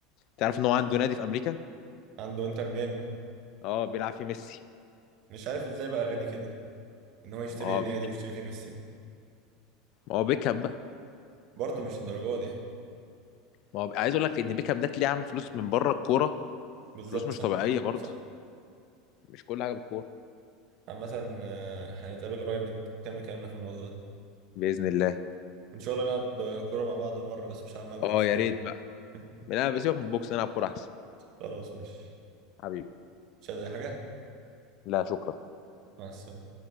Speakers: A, on the left (about 50°); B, on the right (about 50°).
A: تعرف ان هو عنده نادي في امريكا
B: عنده انتر ميامي
A: اه بيلعب فيه ميسي
B: مش عارف ازاي بقى غني كده ان هو يشتري
A: اه
B: نادي ويشتري فيه ميسي
A: ما هو بيكهام بقى
B: برضه مش الدرجة دي يعني.
A: ما هو عايز اقول لك ان بيكهام ده تلاقيه عامل فلوس من بره الكوره
B: بالظبط
A: فلوس مش
B: صح
A: طبيعيه برضه
B: صح
A: مش كل حاجه بالكوره
B: عامة آه، هنتقابل قريب نكمل كلامنا في الموضوع ده
A: باذن الله
B: ان شاء الله نلعب كورة مع بعض مرة بس مش هلعب معاك بوكس
A: اه يا
B: يعني
A: ريت بقى
B: <laughs>
A: لا بسيبك من البوكس نلعب كوره احسن
B: خلاص مش
A: حبيبي
B: مش عايز اي حاجة
A: لا شكرا
B: مع السلامة